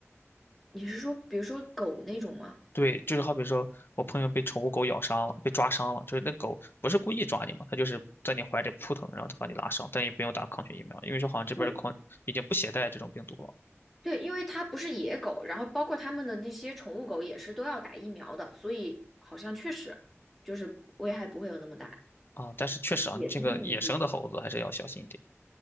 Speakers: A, in the centre; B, on the left.
A: 你是说，比如说狗那种吗？
B: 对，就是好比说，我朋友被宠物狗咬伤了，被抓伤了，就是那狗不是故意抓你嘛，它就是在你怀里扑腾，然后它把你拉伤，但也不用打狂犬疫苗，因为说好像这边的狂已经不携带这种病毒了
A: 对，对，因为它不是野狗，然后包括它们的那些宠物狗也是都要打疫苗的，所以好像确实就是危害不会有那么大。
B: 啊。但是确实啊，
A: 野生动物不一样。
B: 你这个野生的猴子还是要小心一点。